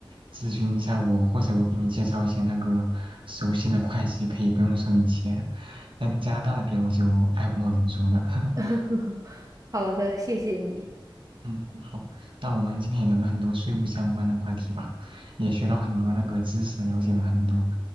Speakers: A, on the right; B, on the right.
A: 咨询一下我，或者我给你介绍一些那个熟悉的会计，可以不用收你钱。但加拿大那边我就爱莫能助了。
B: <laughs>
A: <laughs>
B: 好的，谢谢你。
A: 嗯，好，那我们今天也聊了很多税务相关的话题吧，也学到很多那个知识，了解了很多，